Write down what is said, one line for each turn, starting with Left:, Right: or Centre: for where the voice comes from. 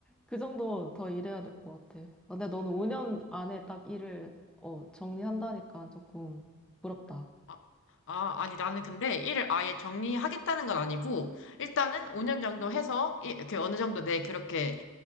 Centre: 그 정도 더 일해야 될 것 같아. 근데 너는 5년 안에 딱 일을, 어, 정리한다니까 조금 부럽다.
Left: 아, 아, 아니 나는 근데 일을 아예 정리하겠다는 건 아니고 일단은 5년 정도 해서 이- 이렇게 어느 정도 내 그렇게